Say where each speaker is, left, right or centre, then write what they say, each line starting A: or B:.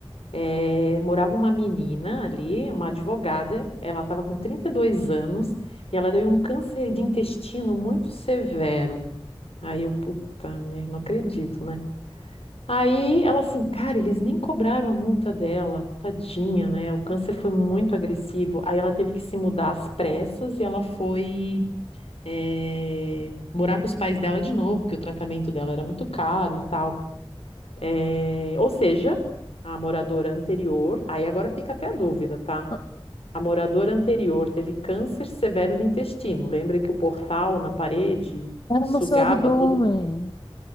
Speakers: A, on the left; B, on the left.
A: eh, morava uma menina ali, uma advogada, ela estava com 32 anos e ela teve um câncer de intestino muito severo. Aí eu, puta, merda, não acredito, né? Aí ela assim, cara, eles nem cobraram a multa dela, tadinha, né? O câncer foi muito agressivo. Aí ela teve que se mudar às pressas e ela foi eh, morar com os pais dela de novo, porque o tratamento dela era muito caro e tal. É, ou seja, a moradora anterior, aí agora fica até a dúvida, tá?
B: "Ah,
A: A moradora anterior teve câncer severo do intestino. Lembra que o portal na parede
B: Era
A: sugava
B: no seu abdômen.
A: toda.